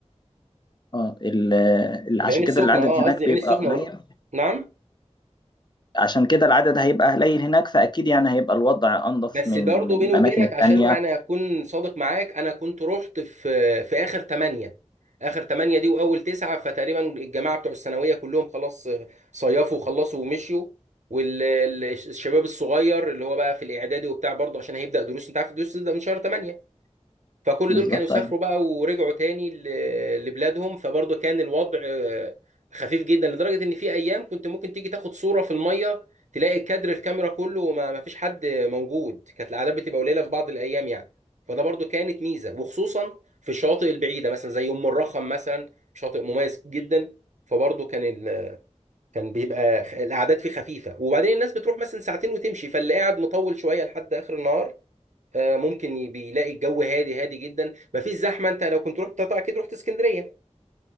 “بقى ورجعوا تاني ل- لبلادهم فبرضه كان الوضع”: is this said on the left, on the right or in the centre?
Right